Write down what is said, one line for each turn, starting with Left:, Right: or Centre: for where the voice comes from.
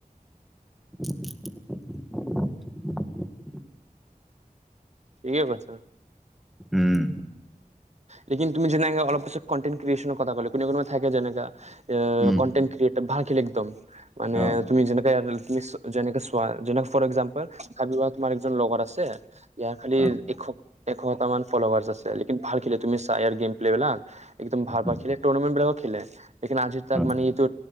Centre: <unintelligible>
Right: ঠিকেই কৈছা।
Centre: উম।
Right: লকিন তুমি যেনেে অলপ কিছু কনটেট ক্ৰিয়েচনৰ কথা কলে কোনে কোনোা থাকে যেনেকা।
Centre: উম,
Right: কনণ্ট ক্ৰিয়েট ভাল খেলে একদম মান
Centre: অ',
Right: তুমি যেনেকে তুমি। যেনেকে চোৱা যেনেকে ফৰ একজাম্পোল খাবি বা তোমাৰ এজন লগৰ আছে। ইয়াৰ খালি
Centre: অ',
Right: এশ এশ্তাহ মান ফলাৰ আছে লিন ভাল খেলে তুমি চা ইয়াৰ গেম প্লে বিলাক। একদম ভাল ভা
Centre: অ',
Right: খেলে ৰ্নামেট বিলাকো খেলে। লিন আজি ত
Centre: অ',
Right: মান এইটো